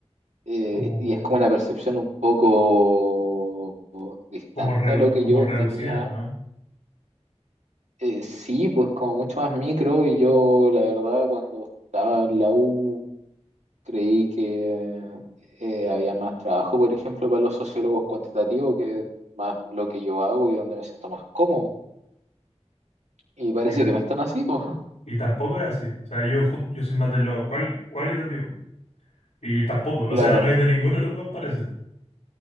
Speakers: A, on the left; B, on the right.
A: <laughs>
B: eh,
A: como,
B: y es como una percepción un poco distante
A: como, redu-
B: a lo que
A: como
B: yo
A: reducida,
B: tenía.
A: ¿o no?
B: Eh, sí, pues como mucho más micro y yo la verdad cuando estaba en la U creí que eh, había más trabajo, por ejemplo, para los sociólogos cuantitativos, que es más lo que yo hago y donde me siento más cómodo. Y parece
A: Y, ta-
B: que no es tan así, pues. <laughs>
A: y tampoco es así. O sea, yo, ju- yo soy más del lado cual- cualitativo. Y tampoco,
B: Claro.
A: o sea, no hay de ninguno de los dos, parece.